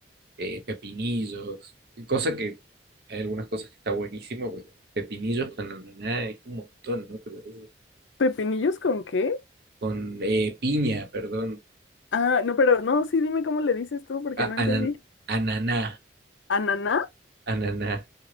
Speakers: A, on the right; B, on the left.
A: eh, pepinillos, cosa que hay algunas cosas que está buenísimo, pero pepinillos con ananá es un montón, ¿no te parece?
B: ¿Pepinillos con qué?
A: Con eh, piña, perdón.
B: Ah, no, pero no, sí, dime cómo le dices tú, porque
A: Ah,
B: no entendí.
A: anan- ananá,
B: ¿Ananá?
A: ananá.